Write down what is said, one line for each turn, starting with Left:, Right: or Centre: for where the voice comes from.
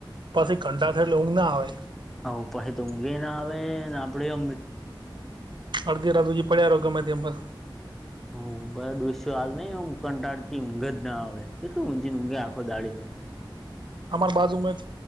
Right: પછી ઘંટા થયી‌ એટલે ઊઘ ના આવે.
Centre: હ પછી તો ઊંઘે ના આવે ને આપડે <inaudible>
Right: અડધી રાત હુધી પડયા‌ રિયો ગમેતેમ બ
Centre: હ બરા ડોસ્યો હાલ નઈ કંટાળ થી ઊઘ જ ના આવે કેટલું ઊંઘજ ન આવે ઊઘે આખો દાળી તો
Right: અમાર બાજુ માં એક